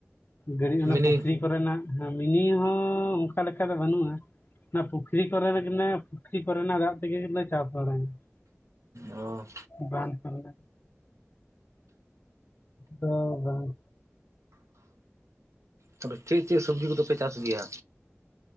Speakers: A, on the left; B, on the right.
A: ᱜᱟᱹᱲᱤᱡ ᱚᱱᱟ
B: ᱢᱤᱱᱤ
A: ᱯᱩᱠᱷᱨᱤ ᱠᱚᱨᱮᱱᱟᱜ ᱢᱤᱱᱤ ᱦᱚᱸ ᱚᱱᱠᱟ ᱞᱮᱠᱟ ᱫᱚ ᱵᱟᱹᱱᱩᱜᱼᱟ᱾ ᱯᱩᱠᱷᱨᱤ ᱠᱚᱨᱮ ᱱᱟᱜ ᱯᱩᱠᱷᱨᱤ ᱠᱚᱨᱮᱱᱟᱜ ᱫᱟᱜ ᱛᱮᱜᱮ ᱞᱮ ᱪᱟᱥ ᱵᱟᱲᱟᱭᱟ
B: ᱚ
A: ᱵᱟᱸᱫᱽ ᱠᱚᱨᱮ ᱛᱚᱜᱚᱝ
B: ᱛᱚᱵᱮ ᱪᱮᱫ ᱪᱮᱫ ᱥᱚᱵᱡᱤ ᱠᱚᱫᱚ ᱯᱮ ᱪᱟᱥ ᱜᱮᱭᱟ